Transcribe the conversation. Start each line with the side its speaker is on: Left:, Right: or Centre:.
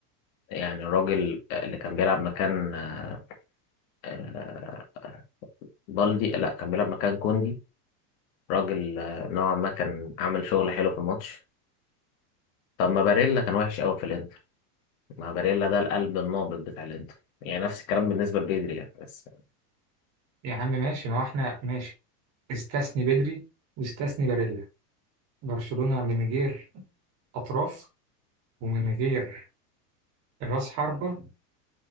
Left: يعني الراجل اللي كان بيلعب مكان آه، آه، بالدي لا كان بيلعب مكان كوندي راجل آه، نوعا ما كان عامل شغل حلو في الماتش طب ما باريلا كان وحش قوي في الانتر ما باريلا ده القلب النابض بتاع الانتر يعني نفس الكلام بالنسبه لبيدري يعني بس
Right: يا عم ماشي ما هو إحنا ماشي استثني بدري واستثني باريلا برشلونة من غير أطراف ومن غير راس حربة